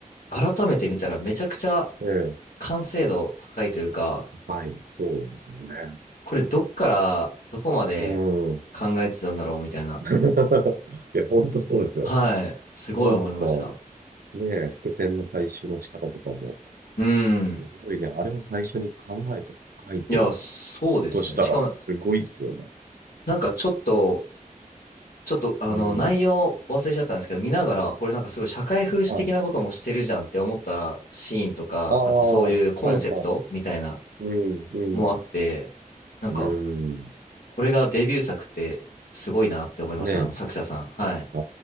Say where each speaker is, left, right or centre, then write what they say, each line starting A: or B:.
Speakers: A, on the left; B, on the right.
A: 改めて見たらめちゃくちゃ
B: ええ、
A: 完成度高いというか、
B: はい、そうなんですよね。
A: これどっからどこまで
B: うん。
A: 考えてたんだろうみたいな。
B: <laughs> いや、ほんとそうですよね。
A: はい。
B: なんか、
A: すごい思いました。
B: ねえ、伏線の回収の仕方とかも、
A: うん。
B: すごいね、あれを最初に考えて書いてる
A: いや、そうですよね。
B: としたら、
A: しかも、
B: すごいですよね。
A: なんかちょっと、ちょっと、あの、
B: うん。
A: 内容忘れちゃったんですけど、見ながら、これなんかすごい社会風刺的なこともしてるじゃんって思ったシーンとか、
B: はい。ああ、
A: あとそういうコンセプトみたいな
B: はいはい。うん、うん、
A: もあって、なんか、
B: うん。
A: これがデビュー作ってすごいなって思いました。
B: ねえ。
A: あの作者さん。はい。
B: あ